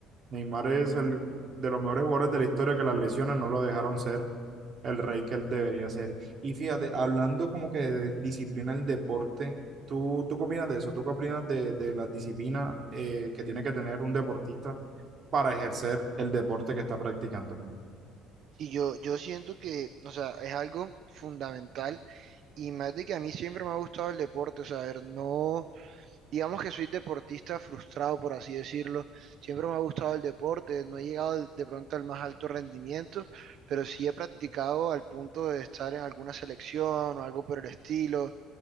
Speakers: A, on the right; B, on the right.
A: Neymar es el de los mejores jugadores de la historia que las lesiones no lo dejaron ser el rey que él debería ser. Y fíjate, hablando como que de disciplina del deporte, ¿tú, tú qué opinas de eso? ¿Tú qué opinas de, de la disciplina eh, que tiene que tener un deportista para ejercer el deporte que está practicando?
B: Y yo, yo siento que, o sea, es algo fundamental y más de que a mí siempre me ha gustado el deporte, o sea, a ver, no, digamos que soy deportista frustrado, por así decirlo, siempre me ha gustado el deporte, no he llegado de pronto al más alto rendimiento, pero sí he practicado al punto de estar en alguna selección o algo por el estilo,